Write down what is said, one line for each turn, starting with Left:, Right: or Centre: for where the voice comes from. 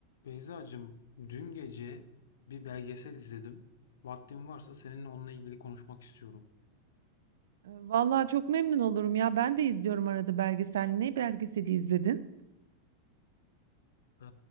Left: Beyzacığım, dün gece bir belgesel izledim. Vaktin varsa seninle onunla ilgili konuşmak istiyorum.
Right: Vallahi çok memnun olurum ya. Ben de izliyorum arada belgesel. Ne belgeseli izledin?
Left: Ee,